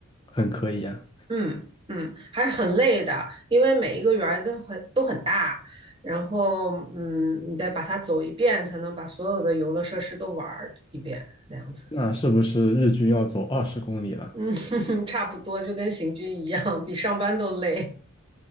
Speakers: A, on the left; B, on the right.
A: 很可以啊，
B: 嗯嗯，还是很累的，因为每一个园儿都很都很大，然后嗯，你得把它走一遍，才能把所有的游乐设施都玩儿一遍，那样子，
A: 那是不是日均要走二十公里了？
B: 嗯，<laughs> 差不多就跟行军一样，比上班都累。